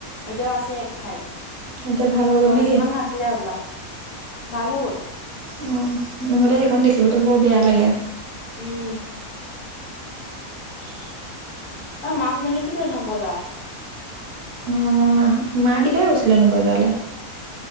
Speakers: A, on the left (about 45°); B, on the right (about 85°).
A: এতিয়াও আছে এক ফাইল
B: এতিয়া ভাল হ গল
A: দহদিন
B: নেকি
A: মান খাইছিলে হ'বলা ভাল হ'বল
B: অ নহতে সেইখন দেখিবতো বহুত বেয়া লাগে
A: উম
B: <unintelligible>
A: অ মাক দেখিছিলোঁ সেইদিনা বজাত
B: অ মই মাহ মা কেতিয়া গৈছিলেনো বজাৰলৈ